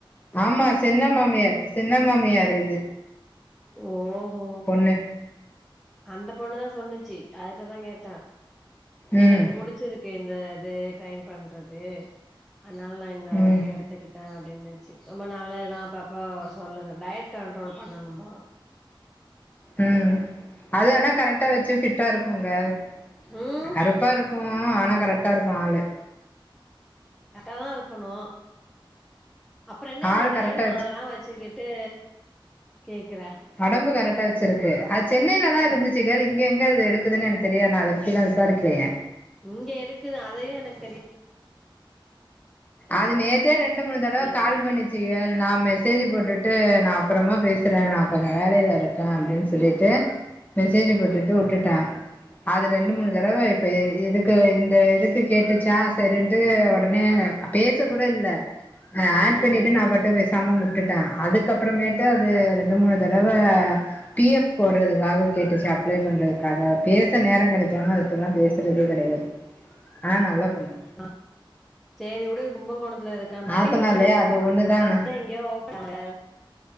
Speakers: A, on the left; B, in the centre.
A: ஆமா சின்ன மாமியார் சின்ன மா மியாருது
B: ஓஹோ
A: பொண்ணு
B: அந்த பொண்ணு தா சொன்னுச்சு அதுட்ட தா கேட்டே
A: ம்
B: எனக்கு புடிச்சிருக்கு அந்த இது ட்ரெயின் பண்றது அதனால நா இந்த
A: ம்
B: ஒர்க்க எடுத்துக்கிட்டே அப்டின்னு ரொம்ப நல்லது தா அப்பப்போ சொல்லுங்கள் டயட் கண்ட்ரோல் பண்ணணுமா
A: ம் அது வேனா கரெக்டா வச்சு ஃபிட்டா இருக்கு கு கேள்
B: ம்
A: கருப்பா இருக்கு ஆனா கரெக்டா இருக்கு ஆளு
B: கரட்டாதா இருக்கணு அப்புற என்ன
A: ஆள்
B: கேர்ள் கையில
A: கரெக்டா
B: ஆலல்லா வச்சுக்கிட்டு கேக்குற
A: உடம்பு கரெக்டா வச்சிருக்கு அது சென்னையில தா
B: ம்
A: இருந்துச்சுக் கேள் இங்க இங்க எங்க இது எடுக்குதுன்னு என தெரியா ந அதை பத்தில்லா விசாரிக்கலையே
B: இங்க எடுக்குது அதையு எனக்கு தெரியாது
A: அது நேத்தே ரெண்டு மூணு தடவ கால்
B: கேக்கல
A: பண்ணிச்சு கேள் நான் மெசேஜ் போட்டுட்டு நா அப்றமா பேசுறேன் நான் கொஞ்சோ வேலையில இருக்க அப்டின்னு சொல்லிட்டு மெசேஜ்
B: ம்
A: போட்டுட்டு வுட்டுட்ட அது
B: ம்
A: ரெண்டு மூணு
B: ம்
A: தடவ இப்போ ஏ எதுக்கு இந்த இதுக்கு கேட்டுச்சா சரின்ட்டு
B: ஆமா
A: ஒடனே பேச கூட இல்ல ஆ
B: ம்
A: ஆட் பண்ணிட்டு நான் பாட்டுக்கு பேசாம வுட்டுட்ட அதுக்கப்புறமேட்டு
B: ம் ம்
A: அது ரெண்டு மூணு தடவ பி எஃப் போட்றதுக்காக கேட்டுச்சு அப்ளை பண்றதுக்காக பேச நேரம் கெடைக்காம அது ல்லாம் பேசுறதே கெடையாது ஆனா நல்ல பொண்ணு
B: ஆ சேரி வுடு கும்பகோண ல இருக்க
A: நாத்தனார்லயே
B: பட்டீஸ்வரத்துல
A: அது ஒண்ணுதா
B: எங்கயோ ஓப்பன் லா